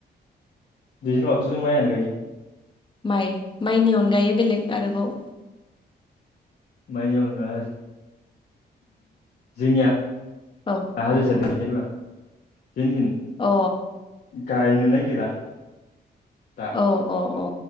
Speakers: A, on the left; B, on the left.
A: दैज्लांयावथ' जों मायानो गायो
B: माइ माइनि अनगायै बेलेग आरोबाव
A: बेनि अनगा जोंनिया <unintelligible>
B: औ
A: <inaudible>
B: अ
A: गायनो नागिरा दा
B: औ औ औ